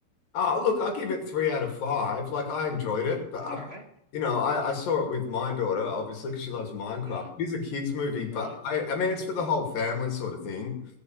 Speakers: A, on the left; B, on the right.
A: Oh, look, I give it three out of five. Like I enjoyed it, but
B: All
A: I,
B: right.
A: you know, I, I saw it with my daughter, obviously, because she loves Minecraft.
B: Yeah.
A: It's a kids' movie, but
B: Right.
A: I, I mean, it's for the whole family sort of thing.